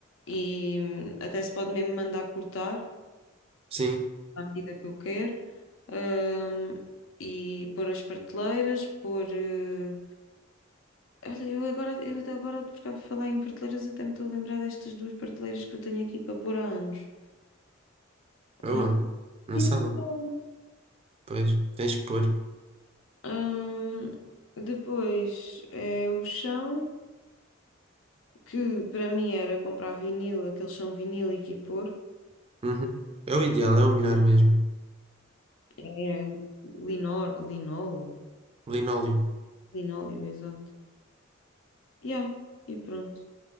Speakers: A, on the left; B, on the right.
A: e hum, até se pode mesmo mandar cortar.
B: sim,
A: à medida que eu quero, ahm, e pôr as prateleiras, pôr. eh, Olha, eu agora, eu até agora, por causa de falar em prateleiras, até me estou a lembrar destas duas prateleiras que eu tenho aqui para pôr há anos.
B: aonde?
A: Ah,
B: Na
A: e
B: sala.
A: então,
B: Pois, tens que pôr.
A: ahm, depois é o chão, que para mim era comprar vinil, aquele chão vinílico e pôr.
B: Uhum. É o ideal, é o melhor mesmo.
A: É o linor, linol,
B: Linóleo.
A: linóleo, exato. Yeah, e pronto.